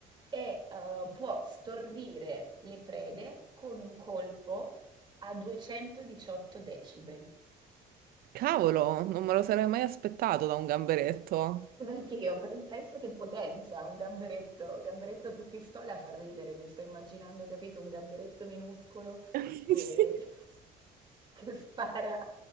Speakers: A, on the right; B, on the right.
A: E, uhm, può stordire le prede con un colpo a 218 decibel.
B: Cavolo, non me lo sarei mai aspettato da un gamberetto.
A: Anch'io pe- penso che potenza, un gamberetto, gamberetto su pistola fa ridere, mi sto immaginando, capito, un gamberetto minuscolo
B: <laughs>
A: che,
B: Sì.
A: <laughs> che che spara